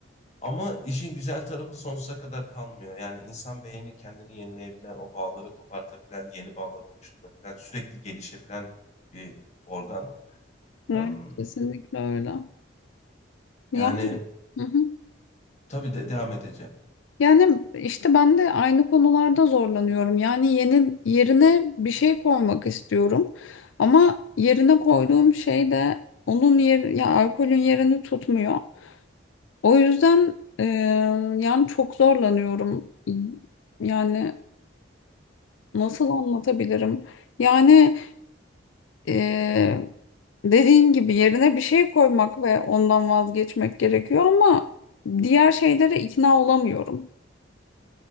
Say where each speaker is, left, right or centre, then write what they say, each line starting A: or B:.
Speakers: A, on the left (about 35°); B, on the left (about 85°).
A: Ama işin güzel tarafı sonsuza kadar kalmıyor. Yani insan beyni kendini yenileyebilen, o bağları kopartabilen, yeni bağlar oluşturabilen, sürekli gelişebilen bir organ.
B: evet,
A: Em,
B: kesinlikle öyle. Ya.
A: Yani
B: Hı.
A: tabii de devam edeceğim.
B: Yani işte ben de aynı konularda zorlanıyorum. Yani yeni yerine bir şey koymak istiyorum. Ama yerine koyduğum şey de onun yer ya alkolün yerini tutmuyor. O yüzden e, yani çok zorlanıyorum. Yani nasıl anlatabilirim? Yani e, dediğin gibi yerine bir şey koymak ve ondan vazgeçmek gerekiyor ama diğer şeylere ikna olamıyorum.